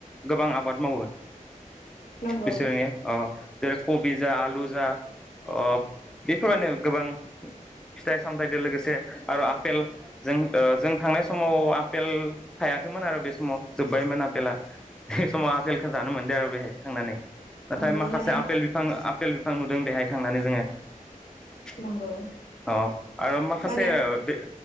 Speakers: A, in the centre; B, on the left.
A: गोबां आबाद मावो
B: नंगौ
A: बिसोरनि ओ जेरै कबि जा आलु जा अ बेफोर बायदिनो गोबां फिथाइ सामथाइजों लोगोसे आरो आफेल जों ओ जों थांनाय समाव आफपेल थायाखैमोन आरो बे समाव जोब्बायमोन आफपेला बे समाव आपेलखौ जानो मोनदिया आरो बेहाय थांनानै नाथाय
B: नंगौ
A: माखासे
B: माने
A: आफपेल बिफां आफेल बिफां नुदों बेहाय थांनानै जोङो। <inaudible>
B: नंगौ
A: अ आरो माखासे
B: माने
A: दै